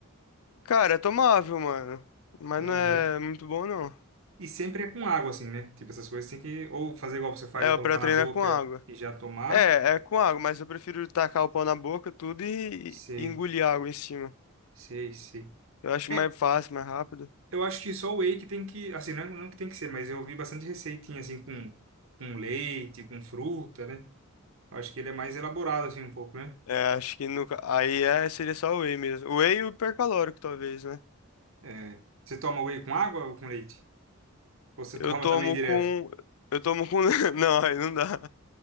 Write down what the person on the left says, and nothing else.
Cara, é tomável, mano. Mas
não é muito bom, não.
É,
pra
treinar
com água.
É, é com água, mas eu prefiro tacar o pau na boca, tudo e,
e engolir água em cima.
Eu acho
mais fácil, mais rápido.
É, acho que no, ca- aí é, seria só o whey mesmo. O whey e o hipercalórico, talvez, né?
Eu
tomo
com. Eu tomo com. <laughs> Não, aí não dá.